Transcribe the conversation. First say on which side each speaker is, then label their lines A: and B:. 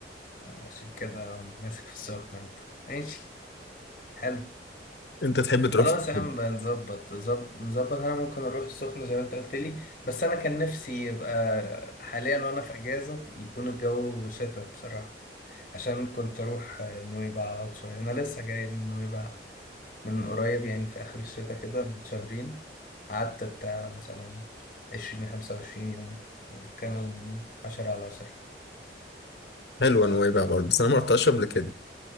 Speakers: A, on the left; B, on the left.
A: عشان كده ماسك في السخنة انت ماشي حلو
B: انت تحب تروح
A: خلاص يا
B: فين؟
A: عم بقى نظبط زب- نظبط انا ممكن اروح السخنة زي ما انت قلت لي بس انا كان نفسي يبقى حاليا وانا في اجازة يكون الجو شتا بصراحة عشان كنت اروح آه، نويبع اقعد شوية انا لسه جاي من نويبع من قريب يعني في آخر الشتاء كده من شهرين قعدت بتاع مثلا عشرين خمسة وعشرين يوم وكانوا عشرة على عشرة
B: حلوة نويبع برضه بس انا ما رحتهاش قبل كده